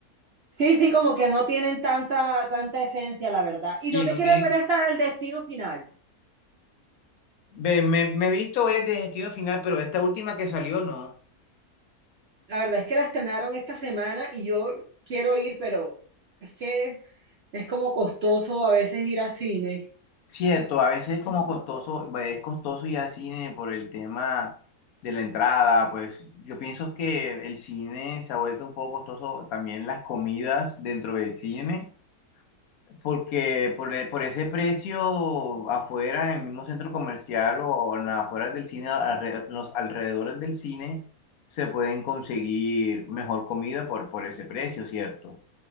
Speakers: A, on the right (about 60°); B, on the left (about 70°).
A: Sí, sí, como que no tienen tanta, tanta esencia, la verdad.
B: Sí,
A: Y no te
B: no
A: quieres
B: tienen.
A: ver hasta el destino final.
B: Ve, me, me he visto varias de Destino Final, pero esta última que salió no.
A: La verdad es que la estrenaron esta semana y yo quiero ir, pero es que es como costoso a veces ir al cine.
B: Cierto, a veces es como costoso, es costoso ir al cine por el tema de la entrada, pues yo pienso que el cine se ha vuelto un poco costoso, también las comidas dentro del cine Porque por, e- por ese precio afuera, en el mismo centro comercial o en las afueras del cine, alre- los alrededores del cine, se pueden conseguir mejor comida por, por ese precio, ¿cierto?